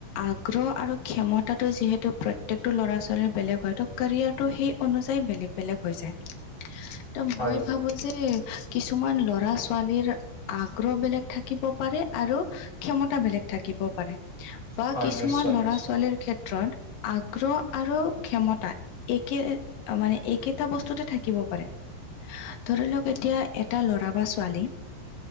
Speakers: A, on the left; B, in the centre.
A: আগ্ৰহ আৰু ক্ষমতাটো যিহেতু প্ৰত্যেকটো ল'ৰা ছোৱালীৰ বেলেগ হয় তো কেৰিয়াৰটো সেই অনুযায়ী বেলেগ বেলেগ হৈ যায় ত
B: হয়
A: মই ভাবো যে কিছুমান ল'ৰা ছোৱালীৰ আগ্ৰহ বেলেগ থাকিব পাৰে আৰু ক্ষমতা বেলেগ থাকিব পাৰে বা
B: হয়
A: কিছুমান
B: নিশ্চয়
A: ল'ৰা
B: নিশ্চয়
A: ছোৱালী ক্ষেত্ৰত আগ্ৰহ আৰু ক্ষমতা একে মানে একেইটা বস্তুতে থাকিব পাৰে। ধৰি লওক
B: নিশ্চয়
A: এতিয়া এটা ল'ৰা বা ছোৱালী